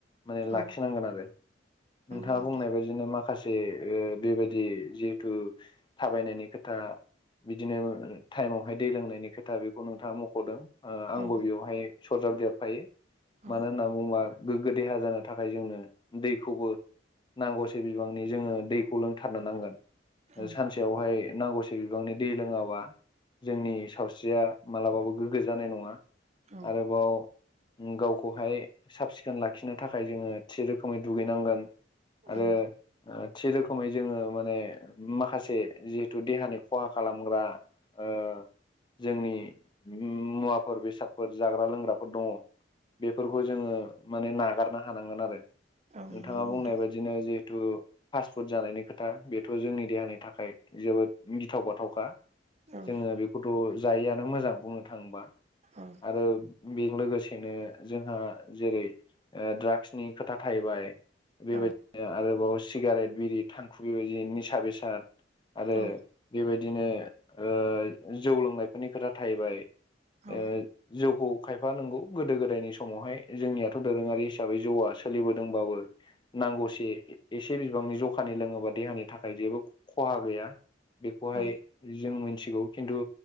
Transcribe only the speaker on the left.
माने लाखिनांगोन
आरो
नोंथांङा
बुंनाय बायदि बिदिनो माखासेओ बेबायदि जिहेथु थाबायनायनि खोथा बिदिनो टाइमावहाय दै लोंनायनि खोथा बेखौ नोंथांङा मख'दों। आंबो
बेवहाय सरजाब देरफायो
मानो होनना बुंङोबा गोग्गो देहा जानो थाखाय जोंनो दै खौबो नांगौसे बिबांनि जों दैखौ लोंथारनो नांगोन
सानसे बेवहाय नांगौसे बिबांनि दै लोंङाबा जोंनि सावस्रिया मालाबाबो गोग्गो जानाय नंङा
आरोबाव गावखौहाय साब सिखोन लाखिनो थाखाय जोंङो थि रोखोमै दुगैनांगोन।
आरो थि रोखोमै जोंङो माने माखासे जिहेथु देहानि खहा खालामग्रा ओ जोंनि मुवाफोर बेसादफोर जाग्रा लोंग्राफोर दङ। बेफोरखौ जोंङो माने नागारनो हानांगोन आरो।
नोंथांङा
बुंनाय
बायदिनो जिहेथु फास्ट फुड जानायनि खोथा बेथ' जोंनि देहानि थाखाय जोबोद गिथाव बाथावखा।
जोंङो बेखौथ' जायिआनो मोजां बुंनो थांङोबा।
आरो बेजों लोगोसेनो जोंहा जेरैओ दाड्राग्सनि खोथा था हायबाय बेबायदिनो
आरोबाव सिगारेट बिरि थांखु बेबायदि निसा बेसाद आरो
बेबायदिनो ओ जौ लोंनायफोरनि खोथा थाहैबाय।
ओ जौखौ खायफा नांगौ गोदो गोदायनि समावहाय जोंनियाथ' दोरोंङारि हिसाबै जौआसो सोलिबोदोंबाबो नांगौसे एसे बिबांनि जखानि लोंङोबा देहानि थाखाय जेबो खहा गैया। बेखौहाय
जों मिथिगौ खिन्थु